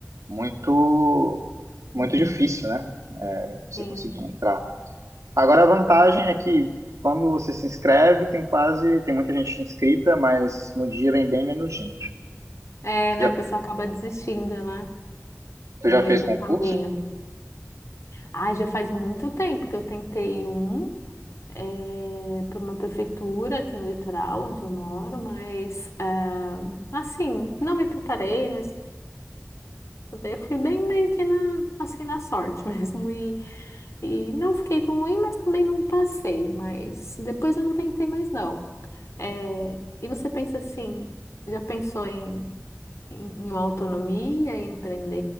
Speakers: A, on the right; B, on the left.
A: muito,
B: Uhum.
A: muito difícil, né? Você
B: Sim.
A: conseguir entrar. Agora, a vantagem é que quando você se inscreve, tem quase, tem muita gente inscrita, mas no dia vem bem menos gente.
B: É,
A: Você
B: né?
A: já,
B: A pessoa acaba desistindo, né?
A: você
B: No
A: já
B: meio
A: fez
B: do
A: concurso?
B: caminho. Ah, já faz muito tempo que eu tentei um é, para uma prefeitura aqui no litoral, onde eu moro, mas é, assim, não me preparei, não estudei, eu fui bem meio que na, assim, na sorte <laughs> mesmo. E, e não fiquei tão ruim, mas também não passei. Mas depois eu não tentei mais, não. É, e você pensa assim, já pensou em em, em autonomia, em empreender,